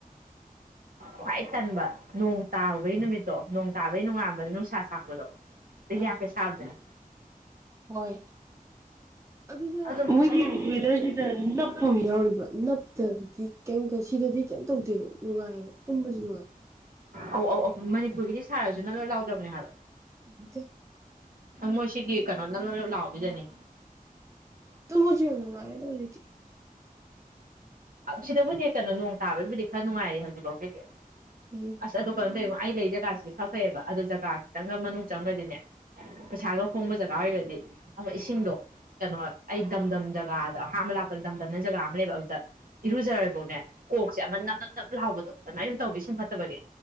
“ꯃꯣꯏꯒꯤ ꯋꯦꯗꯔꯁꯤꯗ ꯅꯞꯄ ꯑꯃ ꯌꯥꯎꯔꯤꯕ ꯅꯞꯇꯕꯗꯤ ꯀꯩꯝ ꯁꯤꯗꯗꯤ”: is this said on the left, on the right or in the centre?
Right